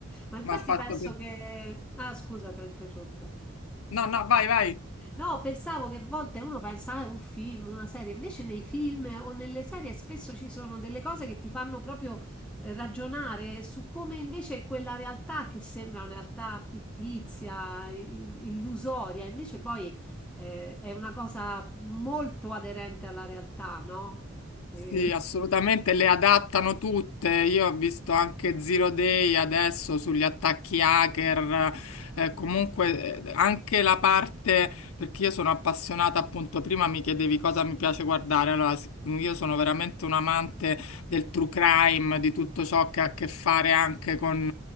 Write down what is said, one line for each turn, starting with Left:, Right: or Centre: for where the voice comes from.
Centre: Ma infatti
Left: Ma ha fatto
Centre: penso
Left: pensare.
Centre: che... Ah, scusa, ti ho interrotto.
Left: No, no, vai, vai.
Centre: No, pensavo che a volte uno pensa, ah, è un film, una serie, invece nei film o nelle serie spesso ci sono delle cose che ti fanno proprio eh, ragionare su come invece quella realtà che sembra una realtà fittizia, i- illusoria, invece poi eh, è una cosa molto aderente alla realtà, no? Eh,
Left: Sì, assolutamente, le adattano tutte. Io ho visto anche Zero Day adesso sugli attacchi hacker, eh, comunque eh, anche la parte, perché io sono appassionata, appunto, prima mi chiedevi cosa mi piace guardare, allora sic- io sono veramente un amante del true crime, di tutto ciò che ha a che fare anche con